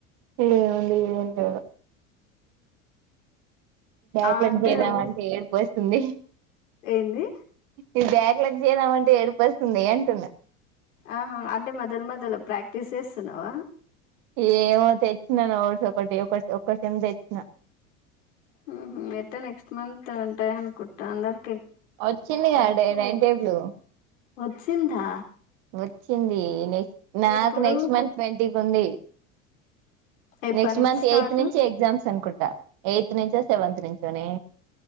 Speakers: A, on the right; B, on the left.
A: ఎం ఉంది ఎం లేదు బ్యాక్లెట్
B: ఆ
A: చేదాం
B: ఊ
A: అంటే ఏడుపొస్తు ఉంది
B: ఏంది
A: ఈ బ్యాక్లెట్ చేదామంటే ఏడుపొస్తుంది అంటున్నా.
B: ఆహా అంటే మొదల్ మొదలో ప్రాక్టీస్ చేస్తున్నావా
A: ఏమ తెచ్చినా నోట్స్ ఒకటి ఒక ఒకసమ్ తెచ్చినా
B: ఊహూ ఎటో నెక్స్ట్ మంత్ ఉంటాయి అనుకుటండరు.
A: వచ్చింది గా డై టైన్ టేబులు
B: ఒచ్చిందా
A: వచ్చింది నెక్స్ నాకు
B: ఎప్పుడు
A: నెక్స్ట్ మంత్ వెన్స్ డి కుంది
B: ఎప్పటి
A: నెక్స్ట్
B: నుంచి
A: మంత్
B: స్టార్ట్
A: ఎయిత్ నుంచి ఎగ్జామ్స్ అనుకుం ఎయిత్ నుంచో సెవెంత్ నుంచోనే